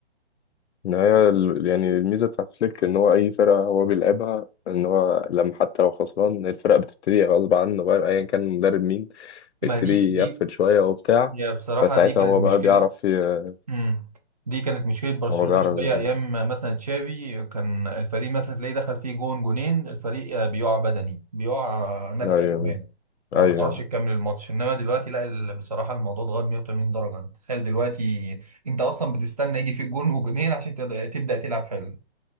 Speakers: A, on the left (about 80°); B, on the right (about 35°).
A: إن هي ال- يعني الميزه بتاعت فليك ان هو اي فرقه هو بيلعبها ان هو لما حتى لو خسران الفرقه بتبتدي غصب عنه بقى ايا كان المدرب مين
B: ما
A: يبتدي
B: دي دي
A: يقفل شوية وبتاع
B: يا بصراحة
A: فساعتها
B: دي كانت
A: هو
B: مشكلة
A: بقى بيعرف ي...
B: مم. دي كانت مشكلة برشلونة
A: هو بيعرف
B: شوية
A: ي-
B: أيام ما مثلا تشافي كان الفريق مثلا تلاقيه دخل فيه جون جونين الفريق آه، بيقع بدني بيقع آه، نفسي
A: أيوة
B: كمان ما
A: أيوة
B: بتعرفش تكمل الماتش إنما دلوقتي لا ال- بصراحة الموضوع اتغير 180 درجة تخيل دلوقتي أنت أصلا بتستنى يجي فيك جون وجونين عشان تد- تبدأ تلعب حلو